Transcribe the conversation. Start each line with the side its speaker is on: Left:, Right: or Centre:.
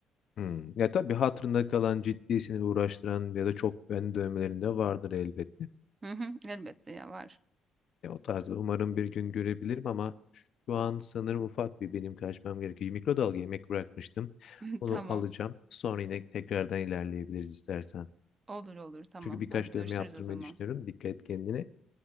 Left: hmm, ya tabii hatırında kalan ciddi seni uğraştıran ya da çok beğeni dövmelerinde vardır elbette.
Right: Hı hı, elbette ya var.
Left: E, o tarzda umarım bir gün görebilirim ama şu an sanırım ufak bir benim kaçmam gerekiyor. Mikrodalga yemek bırakmıştım.
Right: <laughs>
Left: Onu
Right: Tamam
Left: alacağım. Sonra yine tekrardan ilerleyebiliriz istersen.
Right: olur olur tamam.
Left: Çünkü birkaç
Right: Hadi görüşürüz
Left: dövme yaptırmayı
Right: o zaman.
Left: düşünüyorum. Dikkat et kendine.